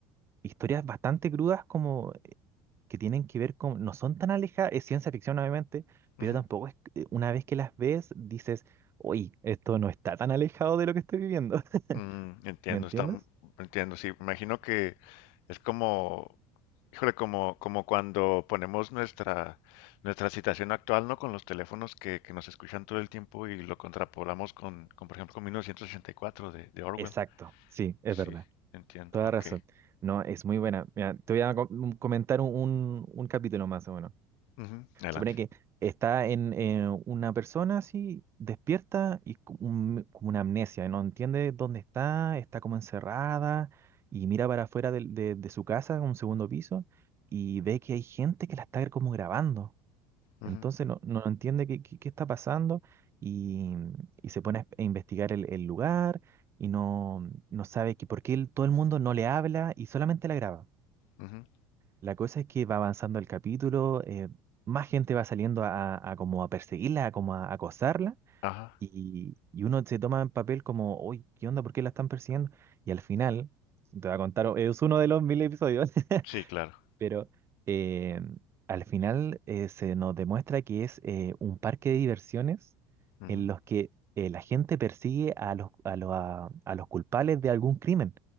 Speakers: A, on the right (about 30°); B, on the left (about 70°).
A: historias bastante crudas como que tienen que ver con, no son tan alejadas, es ciencia ficción obviamente, pero
B: ujú.
A: tampoco es, que- una vez que las ves dices, uy, esto no está tan alejado de lo que estoy viviendo, <laughs>
B: Mm, entiendo,
A: ¿me entiendes?
B: está, entiendo, sí, imagino que es como, híjole, como, como cuando ponemos nuestra, nuestra situación actual, ¿no? Con los teléfonos que, que nos escuchan todo el tiempo y lo contrapolamos con, con, por ejemplo, con 1984 de, de Orwell.
A: Exacto, sí, es
B: Sí,
A: verdad.
B: entiendo,
A: Toda
B: ok.
A: razón. No, es muy buena. Mira, te voy a co- un- comentar un, un- un capítulo más o menos.
B: Ujú, Adelante.
A: Supone que está en eh, una persona así, despierta y co- un- como una amnesia, no entiende dónde está, está como encerrada y mira para afuera del- de, de su casa, en un segundo piso, y ve que hay gente que la está como grabando.
B: Ujú,
A: Entonces no, no entiende qué, qué- qué está pasando y, y se pone a a investigar el, el lugar y no, no sabe que por qué el- todo el mundo no le habla y solamente la graba.
B: ujú.
A: La cosa es que va avanzando el capítulo, eh, más gente va saliendo a, a como a perseguirla, a como a acosarla
B: Ajá,
A: y, y uno se toma en papel como, uy, ¿qué onda? ¿Por qué la están persiguiendo? Y al final, te voy a contar, es uno de los mil episodios. <laughs>
B: sí, claro.
A: pero eh, al final eh, se nos demuestra que es eh, un parque de diversiones
B: Ujú,
A: en los que eh, la gente persigue a los, a los, a- a los culpables de algún crimen.